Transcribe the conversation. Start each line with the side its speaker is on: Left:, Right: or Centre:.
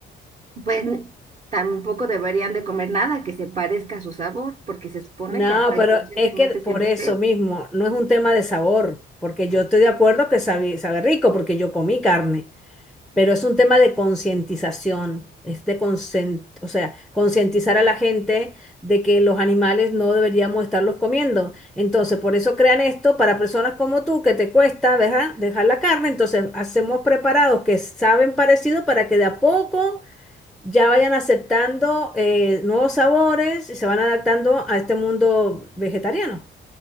Right: pues n- tampoco deberían de comer nada que se parezca a su sabor, porque se supone
Centre: No,
Right: que hasta
Centre: pero
Right: inconscientemente
Centre: es que
Right: sientes
Centre: por eso
Right: feo.
Centre: mismo no es un tema de sabor, porque yo estoy de acuerdo que sabe, sabe rico, porque yo comí carne. Pero es un tema de concientización, es de conscien- o sea, concientizar a la gente de que los animales no deberíamos estarlos comiendo. Entonces, por eso crean esto para personas como tú, que te cuesta, ¿verdad? Dejar la carne. Entonces, hacemos preparados que saben parecido para que de a poco ya vayan aceptando eh, nuevos sabores y se van adaptando a este mundo vegetariano.